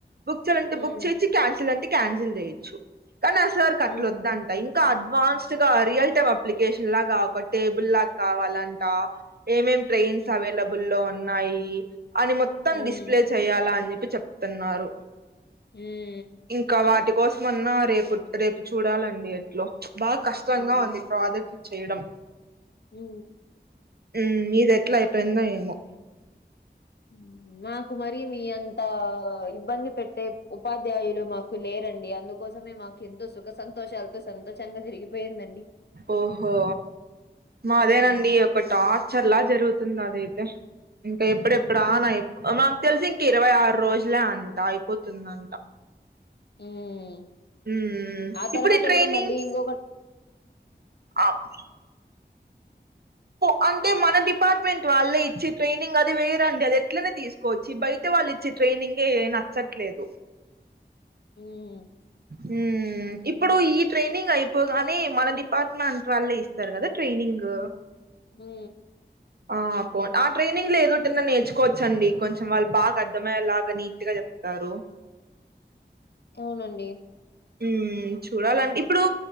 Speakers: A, on the right; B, on the left.
A: బుక్ చేయాలంటే
B: హ్మ్.
A: బుక్ చేయొచ్చు క్యాన్సిల్ అంటే క్యాన్సిల్ చేయొచ్చు కానీ ఆ సార్ కట్లోద్దన్
B: హుహు.
A: ఇంకా అడ్వాన్స్డ్ గా రియల్ టైమ్ అప్లికేషన్ లా కావక్ టేబుల్ లా కావాలం ట ఎమ్ ఎమ్ ట్రైన్స్
B: హ్మ్.
A: అవైలబుల్ లో ఉన్నాయి అని మొత్తం
B: హ్మ్.
A: డిస్ప్లే చెయ్యలా అని చెప్పి చెప్తున్నారు
B: హ్మ్
A: ఇంకా వాటి కోసమన్న రేపు రేపు చూడాలండి ఎట్లో బాగా కష్ ష్టంగా
B: హ్మ్.
A: ఉంది ప్రాజెక్ట్లు చేయడం
B: మ్
A: హ్మ్ నిది ఎట్లా అయిపోయిందో ఏమో
B: మ్ మాకు మరి మీ అంత ఇబ్బంది పెట్టే ఉపాధ్యాయులు మాకు లేరండి అందుకోసమే మాక్ ఎంతో సుఖ సంతోషాలతో సంతోషంగా తిరిగిపోయిందం
A: ఓహో మాదేనండి
B: హ్మ్.
A: ఒక టార్చర్ ల జరుగుతుంది అదైతే ఇంకా ఎప్పుడెప్పుడ
B: హ్మ్.
A: ఆన్ మాకు తెలిసి ఇంక ఇరవై ఆరు రోజులే అంట అయిపోతుందంట
B: మ్
A: ఉమ్
B: ఆ తర్వాత
A: ఇప్పుడు ఈ ట్రైనింగ్
B: కూడా మళ్ళీ ఇంకొక
A: అప్ ప్ అంటే మన డిపార్ట్మెంట్ వాళ్ళే ఇచ్చి ట్రైనింగ్ అది వేరండి అది ఎట్లనే తీసుకో కొచ్చు ఈ బయట వాళ్ళు ఇచ్చే ట్రైనింగే నచ్చట్లేదు
B: హ్మ్.
A: మ్ ఇప్పుడు ఈ ట్రైనింగ్ అయిపోగానే మన డిపార్ట్మెంట్ వాళ్ళే ఇస్ స్తరు కదా ట్రైనింగ్
B: మ్
A: ఆ పో ఆ ట్రైనింగ్ లో ఏదోటన్నా నేర్చుకోవచ్చండి కొంచెం వాళ్ళు బాగా అర్థమయ్యేలాగా నీట్గా చెప్తారు
B: అవునండి
A: మ్ చూడాలండి ఇప్పుడు